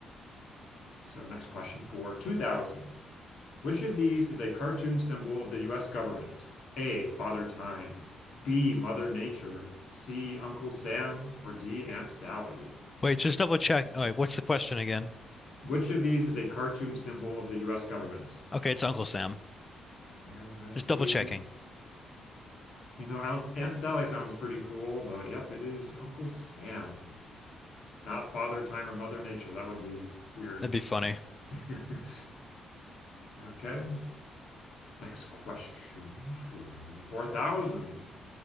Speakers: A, on the left; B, on the left.
A: So, next question for 2000. Which of these is a cartoon symbol of the US government? A. Father Time, B. Mother Nature, C. Uncle Sam, or D. Aunt Sally?
B: Wait, just double check. All right, what's the question again?
A: Which of these is a cartoon symbol of the US government?
B: Okay, it's Uncle Sam.
A: And I
B: Just
A: believe,
B: double checking.
A: you know, Aunt, Aunt Sally sounds pretty cool, but yep, it is Uncle Sam. Not Father Time or Mother Nature. That would be weird.
B: That'd be funny.
A: <laughs> Okay. Next question for 4000.